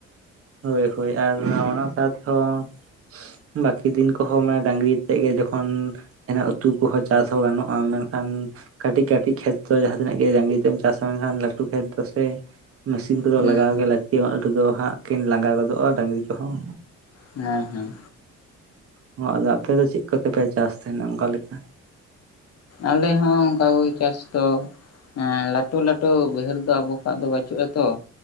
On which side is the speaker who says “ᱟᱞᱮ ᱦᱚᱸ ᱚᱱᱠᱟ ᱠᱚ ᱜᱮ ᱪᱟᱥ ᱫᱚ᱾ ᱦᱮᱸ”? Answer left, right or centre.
Left